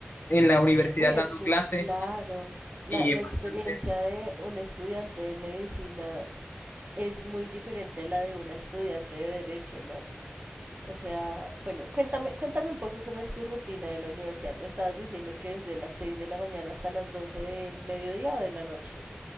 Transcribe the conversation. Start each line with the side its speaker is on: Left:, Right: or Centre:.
Left: en la universidad
Right: Uy,
Left: dando
Right: es que
Left: clases
Right: claro, la,
Left: y
Right: la
Left: es
Right: experiencia
Left: bastante
Right: de un estudiante de medicina es muy diferente a la de una estudiante de derecho, ¿no? O sea, bueno, cuéntame, cuéntame un poco cómo es tu rutina de la universidad. Me estabas diciendo que desde las 6 de la mañana hasta las 12 del mediodía o de la noche.